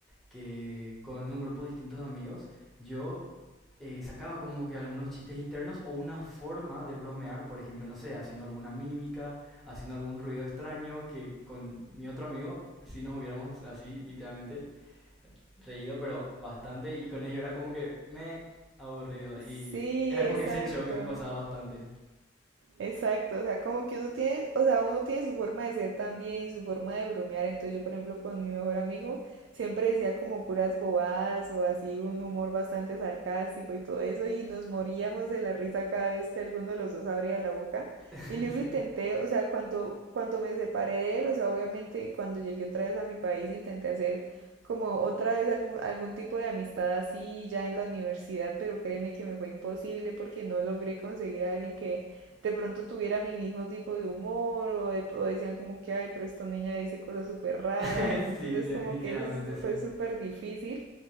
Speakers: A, in the centre; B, on the right.
A: que con un grupo distinto de amigos yo eh, sacaba como que algunos chistes internos o una forma de bromear, por ejemplo, no sé, haciendo alguna mímica, haciendo algún ruido extraño, que con mi otro amigo sí nos hubiéramos así literalmente reído, pero bastante, y con ello era como que me aburrido,
B: Sí,
A: y era como
B: exacto.
A: que ese choque me pasaba bastante.
B: Exacto, o sea, como que uno tiene, o sea, uno tiene su forma de ser también y su forma de bromear. Entonces yo, por ejemplo, con mi mejor amigo siempre decía como puras bobadas o así un humor bastante sarcástico y todo eso y nos moríamos de la risa cada vez que alguno de los dos abría la boca.
A: <laughs>
B: Y luego
A: sí.
B: intenté, o sea, cuando, cuando me separé de él, o sea, obviamente cuando llegué otra vez a mi país intenté hacer como otra vez algún, algún tipo de amistad así ya en la universidad, pero créeme que me fue imposible porque no logré conseguir a alguien que de pronto tuviera mi mismo tipo de humor o, de- o decían como que, ay, pero esta niña dice cosas súper raras,
A: <laughs>
B: entonces
A: sí, definitivamente,
B: como que es-
A: sí.
B: fue súper difícil